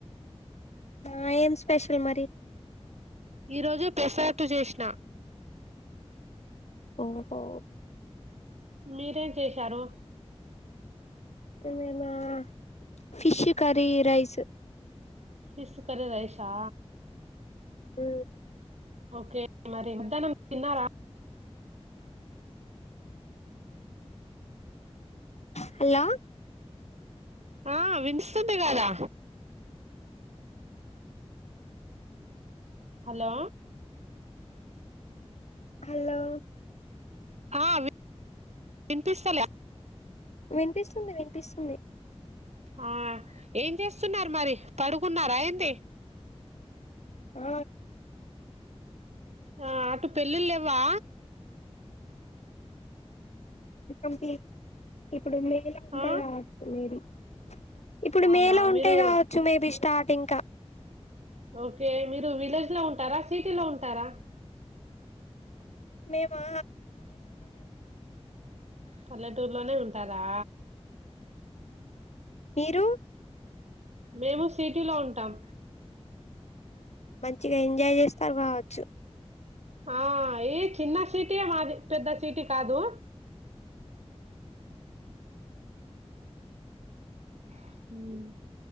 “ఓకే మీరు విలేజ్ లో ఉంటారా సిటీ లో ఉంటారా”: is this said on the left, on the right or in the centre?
Right